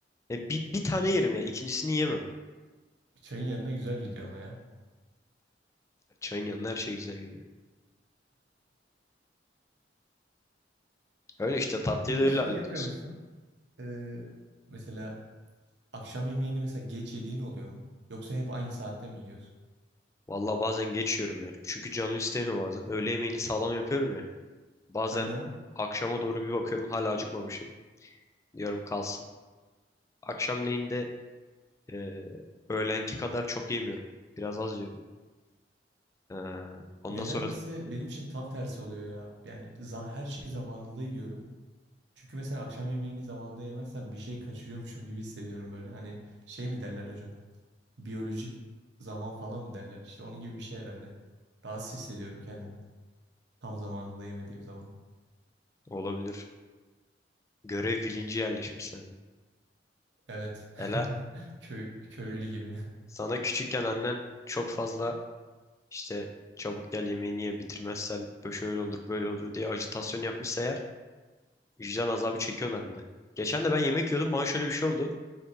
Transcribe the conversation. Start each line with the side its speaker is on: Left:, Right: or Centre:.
Left: E, bir, bir tane yerim ya. ikincisini yemem.
Right: Çayın yanına güzel gidiyor ama ya.
Left: Çayın yanına her şey güzel gidiyor. Öyle işte tatlıyı
Right: Peki
Left: da öyle
Right: şey
Left: hallediyoruz.
Right: yapıyor musun? Ee, mesela Akşam yemeğini mesela geç yediğin oluyor mu? Yoksa hep aynı saatte mi yiyorsun?
Left: Valla bazen geçiyorum ya. Çünkü canı istemiyor bazen. Öğle yemeğini sağlam yapıyorum ya. Bazen
Right: Hı hı.
Left: akşama doğru bir bakıyorum hala acıkmamışım. Diyorum kalsın. Akşamleyin de e, öğlenki kadar çok yemiyorum. Biraz az yiyorum. E, ondan
Right: Nedense
Left: sonra
Right: benim için tam tersi oluyor ya. Yani za- her şeyi zamanında yiyorum. Çünkü mesela akşam yemeğini zamanında yemezsem bir şey kaçırıyormuşum gibi hissediyorum böyle. Hani şey mi derler hocam? Biyolojik zaman falan mı derler? İşte onun gibi bir şey herhalde. Rahatsız hissediyorum kendimi. Tam zamanında yemediğim zaman.
Left: olabilir. Görev bilinci yerleşmiş sende.
Right: Evet.
Left: Ela
Right: <laughs> Köy, köylü gibi.
Left: sana küçükken annen çok fazla İşte çabuk gel yemeğini ye bitirmezsen böyle şöyle olur böyle olur diye ajitasyon yapmışsa eğer vicdan azabı çekiyorlar harbiden. Geçen de ben yemek yiyordum bana şöyle bir şey oldu.